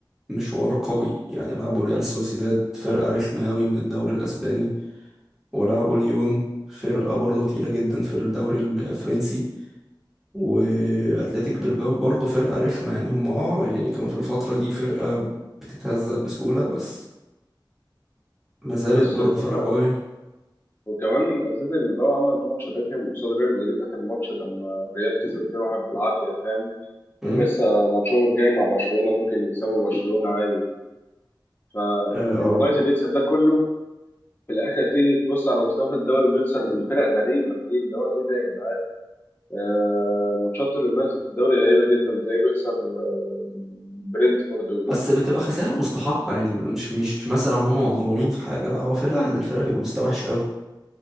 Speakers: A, in the centre; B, on the left.
A: بمشوار قوي يعني لعبوا ريال سوسيداد فرقه رخمه قوي من الدوري الاسباني ولعبوا ليون فرقه برضه تقيله جدا في الدوري الفرنسي واتلتيك بلباو برضه فرقه رخمه يعني هم اه يعني كانوا في الفتره دي فرقه بتتهزق بسهوله بس ما زالت
B: بس
A: برضه
B: الفترة
A: فرقه قويه
B: وكمان أتلتيك بالباو عملت ماتش رخم قصاد ريال مدريد آخر ماتش لما الريال كسب 2-1 بالعافية فاهم ولسه
A: مم.
B: ماتشهم الجاي مع برشلونة ممكن يكسبوا برشلونة عادي فإن
A: اه
B: اليونايتد
A: آه.
B: يكسب ده كله في الآخر تيجي تبص على مستوى الدوري بيخسر من فرق غريبة إيه اللي هو إيه ده يا جدعان آه ماتشات اليونايتد في الدوري غريبة جدا تلاقيه بيخسر آه من برينتفورد
A: بس بتبقى خسائر مستحقه يعني مش مش مثلا هم مظلومين في حاجه لا هو فعلا الفرقه بيبقى مستوى وحش قوي